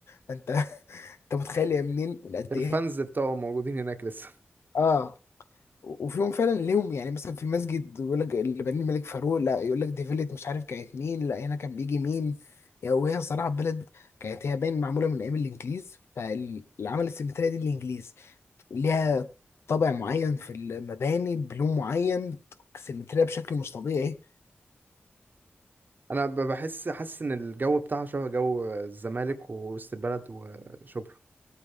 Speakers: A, on the left; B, on the right.
A: فانت <laughs> انت متخيل يا منين قد
B: الفانز
A: ايه
B: بتوعهم موجودين هناك لسه
A: اه وفيهم فعلا ليهم يعني مثلا في مسجد يقول لك اللي بنيه الملك فاروق لا يقول لك دي فيلة مش عارف كانت مين لا هنا كان بيجي مين يعني وهي صراحة بلد كانت هي باين معمولة من أيام الإنجليز فالعمل السيمترية دي الإنجليز ليها طابع معين في المباني بلون معين سيمترية بشكل مش طبيعي
B: أنا ب- بحس حاسس إن الجو بتاعها شبه جو الزمالك ووسط البلد وشبرا